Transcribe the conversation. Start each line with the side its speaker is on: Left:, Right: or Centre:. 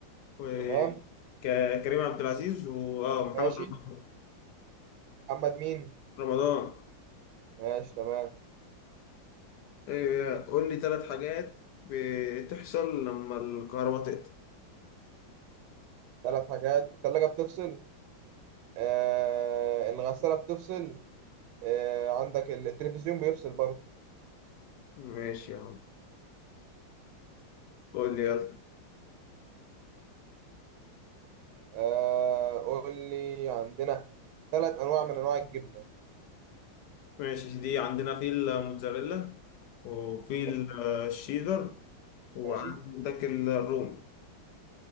Left: وكريم
Right: تمام
Left: عبد العزيز واه محمد
Right: ماشي
Left: رمضان
Right: محمد مين
Left: رمضان
Right: ماشي تمام
Left: إيه قول لي ثلاث حاجات بتحصل لما الكهرباء تقطع
Right: ثلاث حاجات الثلاجة بتفصل آه الغسالة بتفصل آه، عندك التلفزيون بيفصل برضه
Left: ماشي يا عم قول لي يلا
Right: آه، قول لي عندنا ثلاث انواع من انواع الجبنه
Left: ماشي دي عندنا في الموتزاريلا وفي
Right: ماشي
Left: الشيدر وعندك
Right: ماشي
Left: الروم